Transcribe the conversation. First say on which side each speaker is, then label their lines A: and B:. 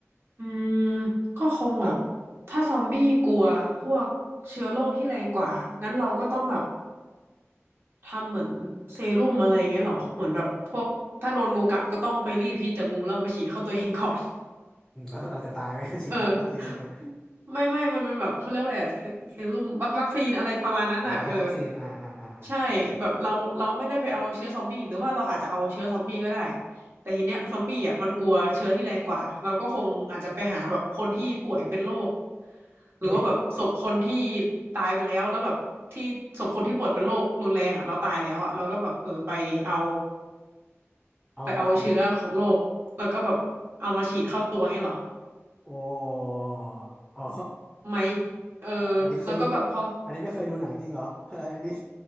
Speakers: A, on the right (about 50°); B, in the centre.
A: อืมก็คงแบบถ้าซอมบี้กลัวพวกเชื้อโรคที่แรงกว่างั้นเราก็ต้องแบบ ทำเหมือนเซรุ่มอะไรอย่างเงี้ยเหรอเหมือนแบบพวกถ้าโดนงูกัดก็ต้องไปรีดพิษจากงูแล้วเอามาฉีดเข้าตัวเองก่อน
B: อืมแล้วเราจะตายไหม <laughs> ฉีดพิษเข้าตัวเองใช่ไหม
A: เออไม่ไม่มันมันแบบเขาเรียกอะไรอะเซเซรุ่มวัควัคซีนอะไรประมาณนั้นน่ะเออ
B: อ๋อทำวัคซีนอ่าอ่าอ่าอ่า
A: ใช่แบบเราเราไม่ได้ไปเอาเชื้อซอมบี้หรือว่าเราอาจจะเอาเชื้อซอมบี้ก็ได้แต่ทีเนี้ยซอมบี้อ่ะมันกลัวเชื้อที่แรงกว่าเราก็คงอาจจะไปหาแบบคนที่ป่วยเป็นโรคหรือว่าแบบศพคนที่
B: เฮ้ย
A: ตายไปแล้วแล้วแบบที่ศพคนที่ป่วยเป็นโรครุนแรงอ่ะเราตายแล้วอ่ะเราก็แบบเออไปเอา
B: เอาวาง
A: ไปเอาเชื้อของโรคแล้วก็แบบเอามาฉีดเข้าตัวเงี้ยเหรอ
B: โอ้อ๋อ
A: ไหมเออ
B: อ่ะอันนี้เคยดู
A: แล้วก็แบบพอ
B: อันนี้ไม่เคยดูหนังจริงเหรอเออ <laughs> อันนี้